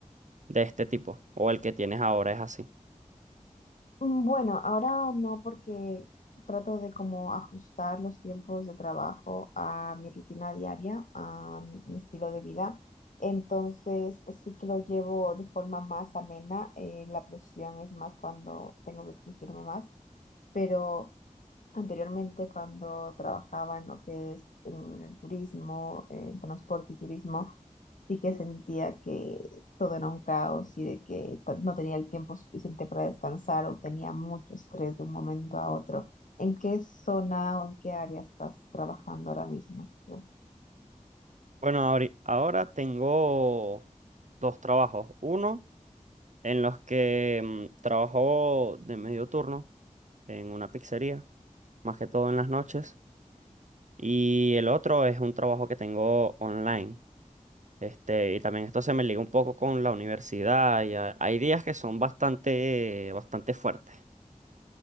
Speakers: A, on the right; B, on the left.
A: de este tipo, o el que tienes ahora es así.
B: Mm, Bueno, ahora no porque trato de como ajustar los tiempos de trabajo a mi rutina diaria, a mi estilo de vida. Entonces sí que lo llevo de forma más amena. eh, la presión es más cuando tengo que exigirme más, pero Anteriormente, cuando trabajaba en lo que es en el turismo, en transporte y turismo, sí que sentía que todo era un caos y de que pues, no tenía el tiempo suficiente para descansar o tenía mucho estrés de un momento a otro. ¿En qué zona o en qué área estás trabajando ahora mismo tú?
A: Bueno, ahori- ahora tengo dos trabajos. Uno en los que mm, trabajo de medio turno en una pizzería, más que todo en las noches. Y el otro es un trabajo que tengo online. Este, y también esto se me liga un poco con la universidad. Y ha- hay días que son bastante, bastante fuertes.